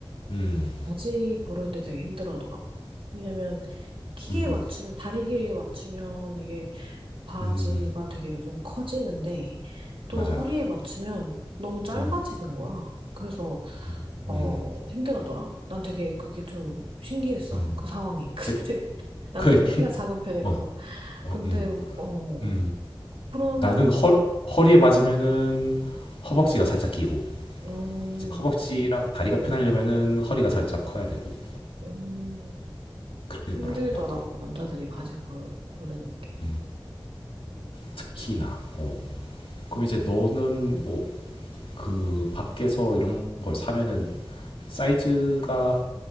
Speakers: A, on the left; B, on the right.
A: 음,
B: 바지 고르는데 되게 힘들어하더라고. 왜냐면 키에
A: 음,
B: 맞추면, 다리 길이에 맞추면 이게 바지가
A: 음.
B: 되게 좀 커지는데 또
A: 맞아.
B: 허리에 맞추면 너무 짧아지는
A: 음.
B: 거야. 그래서
A: 음.
B: 어,
A: 음.
B: 힘들어더라. 난 되게 그게 좀 신기했어.
A: 음.
B: 그 상황이. <laughs> 근데
A: 그
B: 난
A: 그,
B: 또 키가 작은 편이라서.
A: 어, 어,
B: 근데,
A: 음.
B: 어,
A: 음.
B: 그런,
A: 나는 허 허리에 맞으면은 허벅지가 살짝 끼고
B: 음,
A: 이제 허벅지랑 다리가 편하려면은 허리가 살짝 커야 되고
B: 음,
A: 그렇게 되더라고
B: 힘들더라고.
A: 나도
B: 남자들이 바지 고르, 고르는 게.
A: 음. 특히나 어 그럼 이제 너는 뭐 그 밖에서 이런 걸 사면은 사이즈가